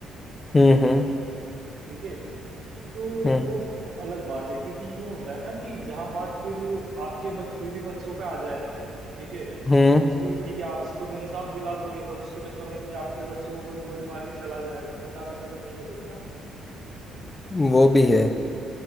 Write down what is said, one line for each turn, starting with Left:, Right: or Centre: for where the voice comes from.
Left: हम्म हम्म
Right: ठीक है तो
Left: हम्म
Right: वो फिर अलग बात है क्योंकि यूं होता है ना कि जहां बात फिर आपके बच, बीवी बच्चों पे आ जाए ठीक है कि
Left: हम्म,
Right: चलो ठीक है आप इसको तो इंसाफ दिला दोगे बट उसके चक्कर में कोई आपके बच्चे को गोल गोली मार के चला जाएगा तो फिर आप ऐसा भी नहीं करोगे ना
Left: वो भी है